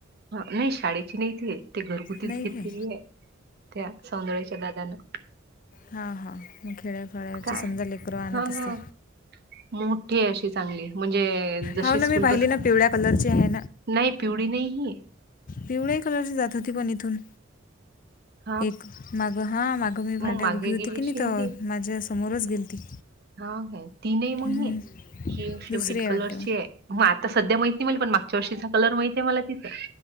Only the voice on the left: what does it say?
नाही
काय
हा हा मग खेळफेळची
समजा लेकर आणत
असते
हो ना
मी पाहिली
ना पिवळ्या कलरची आहे
पिवळा्या कलरची जात होती पण इथून
एक मागं हा मागं मी फाट्यावर
उभी होती
की नाही तर
माझ्या समोरच गेल ती
हम्म.
दुसरी
आहे
वाटते